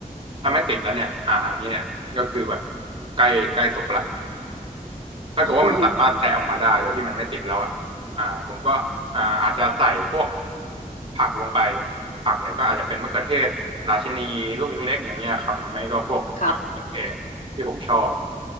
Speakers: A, on the right; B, on the left.
A: ถ้าไม่ติดแล้วเนี่ยอ่าอันนี้เนี่ยก็คือแบบใกล้ใกล้สุกละ ถ้าเกิดว่าอืมัอนฮึสามารถแซะออกมาได้โดยที่มันไม่ติดแล้วอ่ะอ่าผมก็อ่าอาจจะใส่พวก
B: อืมอื
A: ผักลงไปผักเนี่ยก็อาจจะเป็นมะเขือเทศ ราชินีลูกเล็กๆอย่างเงี้ยครับหรือไม่ก็พวกอ่าโอเค
B: ครับ
A: ที่ผมชอบ